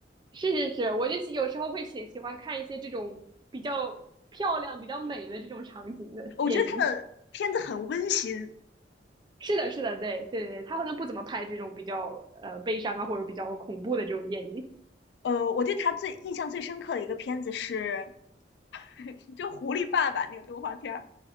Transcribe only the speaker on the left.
我觉得他的片子很温馨。
呃，我对他最印象最深刻的一个片子是 <laughs> 就《狐狸爸爸》那个动画片儿，